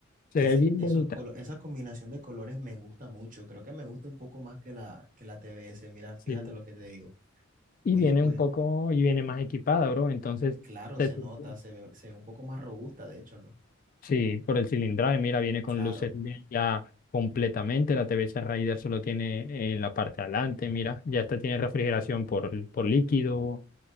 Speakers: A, on the left (about 45°); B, on the right (about 40°).
A: Se
B: Ese,
A: ve bien
B: esos
A: bonita.
B: colo- esa combinación de colores me gusta mucho. Creo que me gusta un poco más que la, que la T TBS. Mira,
A: Sí.
B: fíjate lo que te digo.
A: y
B: Oye,
A: viene
B: pues
A: un poco, y viene más equipada, bro. Entonces,
B: claro,
A: se
B: se
A: siente-
B: nota, se ve, se ve un poco más robusta, de hecho, ¿no?
A: sí, por el cilindraje, mira, viene con
B: Claro,
A: luces LED ya completamente. La TVS Raider solo tiene en la parte de adelante, mira, ya esta tiene refrigeración por, por líquido.